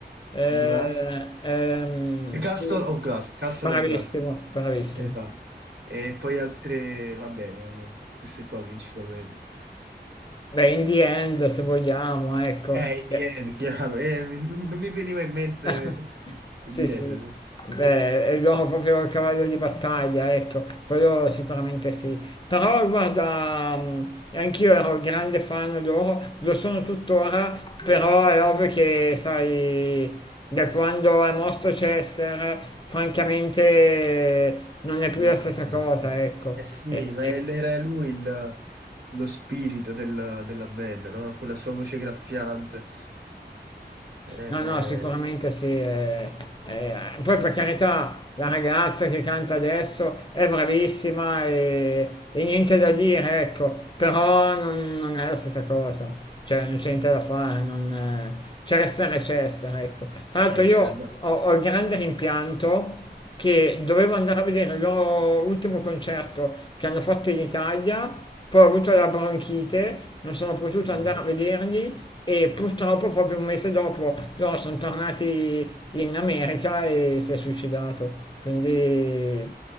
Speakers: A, on the left; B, on the right.
A: Eh,
B: Glass?
A: ehm,
B: Castle
A: sì.
B: of Glass, Castle
A: Bravissimo,
B: of Glass,
A: bravissimo.
B: esatto. E poi altre, vabbè, queste qua principalmente.
A: Beh, in the end, se vogliamo, ecco.
B: Eh, in
A: eh,
B: the end, chiaro, eh, mi- non mi veniva in mente
A: eh. <laughs>
B: in
A: Sì,
B: the
A: sì.
B: end.
A: Beh, è loro proprio il cavallo di battaglia, ecco, quello sicuramente sì. Però guarda, mh, anch'io ero grande fan loro, lo sono tuttora, però è ovvio che, sai, da quando è morto Chester, francamente non è
B: Non
A: più la
B: ha più
A: stessa
B: senso.
A: cosa, ecco.
B: Eh sì,
A: E-
B: ma
A: e-
B: è- era lui il- lo spirito della, della band, no? Quella sua voce graffiante. Eh,
A: No, no, sicuramente sì. eh, eh, poi per carità, la ragazza che canta adesso è bravissima e, e niente da dire, ecco, però non, non è la stessa cosa, cioè non c'è niente da fare, non, eh, Cessare e Cessare, ecco. Tra l'altro
B: eh,
A: io
B: cioè, no,
A: ho, ho il grande rimpianto che dovevo andare a vedere il loro ultimo concerto che hanno fatto in Italia poi ho avuto la bronchite, non sono potuto
B: no,
A: andare a vederli e purtroppo proprio un mese dopo loro sono tornati in America e si è suicidato. Quindi